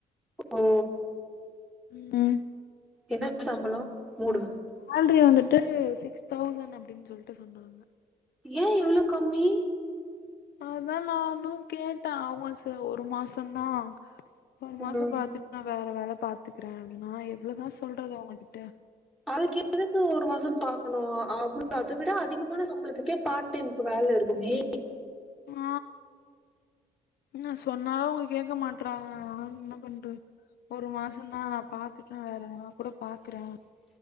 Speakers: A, in the centre; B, on the left.
A: ஓ
B: ம்
A: என்ன சம்பளோ மூடு
B: சேல்ரி வந்துட்டு சிக்ஸ் தௌசண் அப்டின் சொல்ட்டு சொன்னாங்க
A: ஏ இவ்ளோ கம்மி
B: அதா நானு கேட்டே அவங் சேர் ஒரு மாசந்தா ஒரு
A: ம்.
B: மாசோ பாத்துட் நா வேற வேல பாத்துக்கிறே நா எவ்ளோ தா சொல்றது அவுங்ககிட்ட
A: அதுக்கு எதுக்கு ஒரு மாசோ பாக்கணு அ அவுங்க அத விட அதிகமான சம்பளத்துக்கே பார் டைம்க்கு வேல இருக்குமே
B: ஆ நா சொன்னாலு அவுங்க கேக்க மாட்றாங்க நா என்ன பண்றத் ஒரு மாசந்தா நா பாத்துட்டு வேற எதுனா கூட பாக்கறே